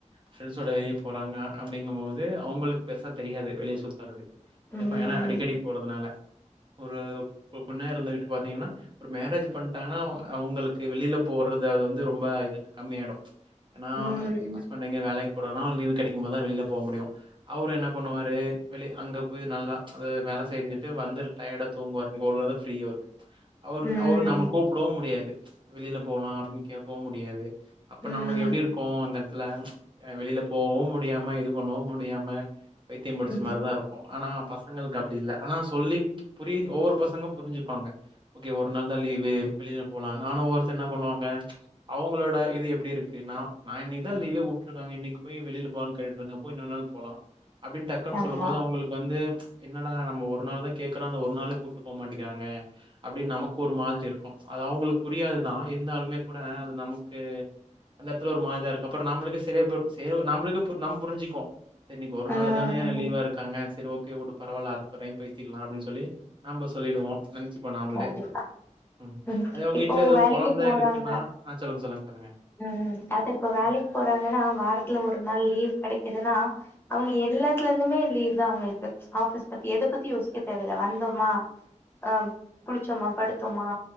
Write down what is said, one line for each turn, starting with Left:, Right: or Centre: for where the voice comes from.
Right: ஃப்ரண்ட்ஸோட வெளிய போறாங்க அப்டிங்கும் போது அவ்ங்களுக்கு பெருசா தெரியாது வெளியே சுத்தறது
Left: ம்
Right: இப்ப ஏனா அடிக்கடி போறதுனால ஒரு பொ பொண்ணா இருந்துகிட்டு பாத்தீங்கனா ஒரு மேரேஜ் பண்ட்டாங்னா அவுங்களுக்கு வெளில போறது அது வந்து ரொம்ப கம்மியாய்ரு ஏனா
Left: ம்
Right: ஹஸ்பண்ட் எங்க வேலைக் அப்ற ஒரு நாள் லீவு கெடைக்கும்போது தா வெளில போ முடியு அவரு என்ன பண்ணுவாரு வெளிய அங்க போய் நல்லா அது வேல செஞ்சுட்டு வந்துர் டயர்டா தூங்குவார் அந்த ஓரு நாள் தா ஃப்ரீ அவருக்கு அவர்
Left: ம்
Right: அவரு நம்ம கூப்பிடவு முடியாது <inaudible> வெளியில போலா அப்டின்னு கேக்கவு முட முடியாது அப்ப
Left: ம்
Right: நமக்கு எப்படி இருக்கு அந்த இடத்துல வெளிய போவு முடியாம இது பண்ணவு முடியாம பைத்தியம் பிடிச்ச
Left: ம்
Right: மாரிதா இருக்கு ஆனா பசங்களுக்கு அப்டி இல்ல ஆனா சொல்லி புரி ஒவ்வொரு பசங்க புரிஞ்சுப்பாங்க ஓகே ஒரு நாள் தா லீவு வெளிய போலானு ஆனா ஒரு என்ன பண்ணுவாங்க அவங்களோட இது எப்டி இருக் நா இன்னைக்குதா லீவே வுட்டுருக்காங்க இன்னைக்கு போய் வெளியில போலானு கேட்டுட்டு இருக்கப்ப இன்னொறு நாள் போலா அப்படின்னு டக்குன்னு
Left: ஆமா
Right: சொல்லு போது அவங்களுக்கு வந்து ம்ச் என்னடா நம்ம ஒரு நாள் தா கேக்குறோ அந்த ஒரு நாளு கூப்பிட்டு போக மாட்டேங்கிறாங்க அப்டின்னு நமக்கு ஒரு மாதிரி இருக்கு அது அவங்களுக் புரியாதுதா இருந்தாலுமே கூட அது நமக்கு அந்த இடத்துல ஒரு மாரிதா இருக்கு அப்புற நம்மளுக்கே சரியா போய்டு செரி நம்மளுக்கே நம்ம புரிஞ்சுக்கு செரி இன்னைக்கு ஒரு
Left: ம்
Right: நாள் தான லீவா இருக்காங்க செரி ஓகே விடு பரவாயில்ல அடுத்த டைம் போ க்கலா அப்டின்னு சொல்லி நம்ம சொல்லிடுவோ நினச்சிப்போ நாம்பலே
Left: கண்டிப்பா
Right: ம்
Left: ம்
Right: அதே உங்க
Left: இப்போ
Right: வீட்ல ஏதோ ஒரு
Left: வேலைக்கு
Right: கொழந்த
Left: போறாங்க
Right: இருக்குன்னா ஆ சொல்லுங்க சொல்லுங்க சொல்லுங்க
Left: ம் அத இப்போ
Right: ம்
Left: வேலைக்கு போறாங்கன்னா வாரத்துல ஒரு நாள் லீவ் கிடைக்குதுன்னா அவங்க எல்லாத்துல இருந்துமே லீவ் தா அவங்களுக்கு ஆபிஸ் பத்தி எத பத்தி யோசிக்க தேவ இல்ல வந்தோமா அஹ் குளிச்சோமா படுத்தோமா